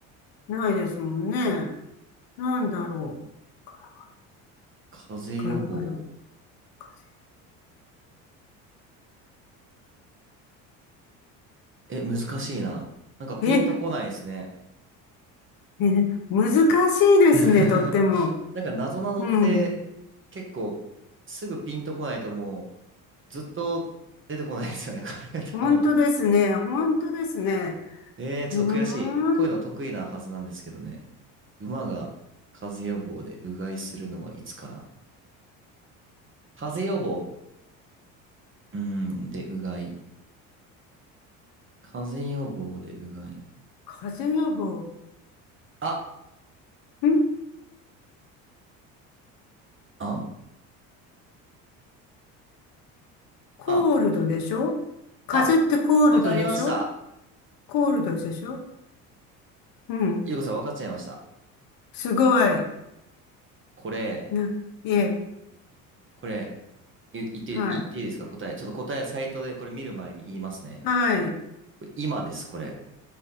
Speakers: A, on the left; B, on the right.
A: ないですもんね。なんだろう。ガラ
B: 風邪予防。
A: ガラガラ風
B: え、難しいな。なんかピンとこないですね。
A: え、え、ね難しいですね、
B: <laughs>
A: とっても。
B: なんかなぞなぞって結構すぐピンとこないともう
A: うん。
B: ずっと出てこないですよね、これ多分。
A: 本当ですね。本当ですね。
B: えー、ちょっと悔しい。
A: うーん。
B: こういうの得意なはずなんですけどね。馬が風邪予防でうがいするのはいつかな。風邪予防。うーん、で、うがい。風邪予防でうがい。
A: 風邪予防。
B: あ、
A: ん
B: あ、ん
A: コールドでしょ風邪ってコールドでしょ
B: あ、あ、わかりました。
A: コールドでしょうん。
B: ゆうこさん、わかっちゃいました。
A: すごい。
B: これ、
A: な、いえ。
B: これ、い、言って、
A: はい。
B: い言っていいですか答え。ちょっと答え、サイトでこれ見る前に言いますね。
A: はい。
B: これ今です、これ。